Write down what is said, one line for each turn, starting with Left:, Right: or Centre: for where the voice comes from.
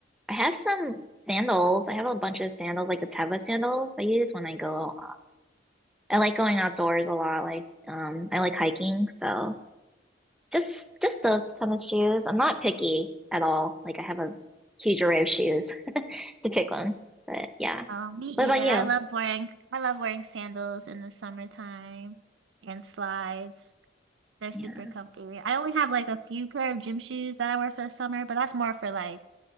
Centre: I have some sandals. I have a bunch of sandals, like the Teva sandals I use when I go. I like going outdoors a lot. Like, um, I like hiking, so just just those kind of shoes. I'm not picky at all. Like I have a huge array of shoes <laughs> to pick one. But yeah.
Right: Oh, me either.
Centre: What about
Right: I
Centre: you?
Right: love wearing I love wearing sandals in the summertime and slides. They're
Centre: Yeah.
Right: super comfy. I only have like a few pair of gym shoes that I wear for the summer, but that's more for like